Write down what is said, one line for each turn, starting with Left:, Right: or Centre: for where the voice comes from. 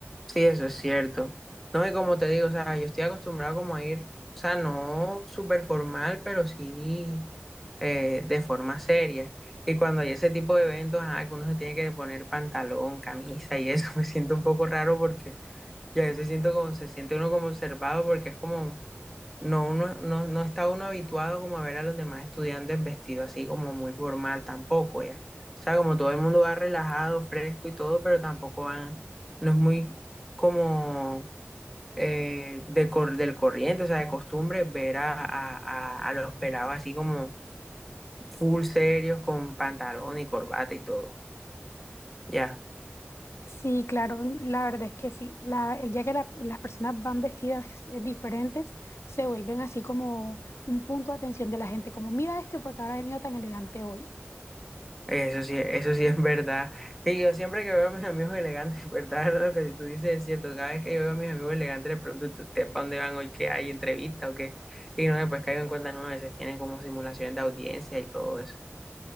Centre: Sí, eso es cierto. No, y como te digo, o sea, yo estoy acostumbrado como a ir, o sea, no súper formal, pero sí. eh, de forma seria. Y cuando hay ese tipo de eventos, ajá, que uno se tiene que poner pantalón, camisa y eso, <laughs> me siento un poco raro porque ya a veces siento como, se siente uno como observado porque es como, no, uno, no, no está uno habituado como a ver a los demás estudiantes vestidos así como muy formal tampoco, ya. O sea, como todo el mundo va relajado, fresco y todo, pero tampoco van, no es muy como eh, de cor- del corriente, o sea, de costumbre ver a, a, a, a los pelados así como full serios con pantalón y corbata y todo. Ya,
Left: Sí, claro, la verdad es que sí. La, el día que la- las personas van vestidas eh, diferentes, se vuelven así como un punto de atención de la gente, como mira este porque ahora ha venido tan elegante hoy.
Centre: eso sí, eso sí es verdad. Y yo siempre que veo a mis amigos elegantes, <laughs> ¿verdad? Lo que tú dices es cierto. Cada vez que yo veo a mis amigos elegantes, les pregunto, "¿Tú- ¿ustedes para dónde van hoy? ¿Qué hay? ¿Entrevista o qué? Y no, después caigo en cuenta, no, a veces tienen como simulaciones de audiencia y todo eso.